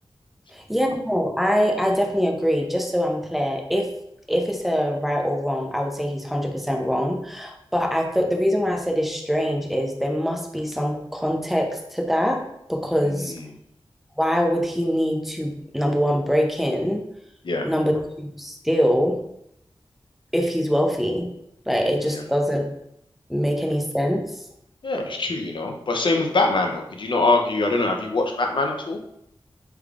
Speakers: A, in the centre; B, on the left.
A: Yeah, no, I I definitely agree. Just so I'm clear, if if it's a right or wrong, I would say he's 100% wrong. But I feel the reason why I said it's strange is there must be some context to that because
B: Hmm.
A: why would he need to, number one, break in,
B: yeah,
A: number two, steal if he's wealthy? Like it just
B: yeah,
A: doesn't make any sense.
B: yeah. It's true, you know. But same with Batman, though. Could you not argue? I don't know. Have you watched Batman at all?